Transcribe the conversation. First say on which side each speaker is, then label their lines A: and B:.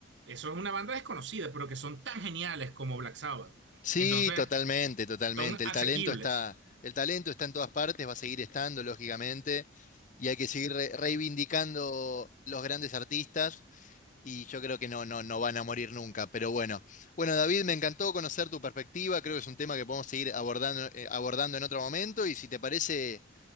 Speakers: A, on the right; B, on the left.
A: Eso es una banda desconocida, pero que son tan geniales como Black Sabbath.
B: Sí,
A: Entonces,
B: totalmente, totalmente.
A: son
B: El
A: asequibles.
B: talento está, el talento está en todas partes, va a seguir estando, lógicamente, y hay que seguir re- reivindicando los grandes artistas, y yo creo que no, no, no van a morir nunca, pero bueno. Bueno, David, me encantó conocer tu perspectiva, creo que es un tema que podemos seguir abordando, eh, abordando en otro momento, y si te parece...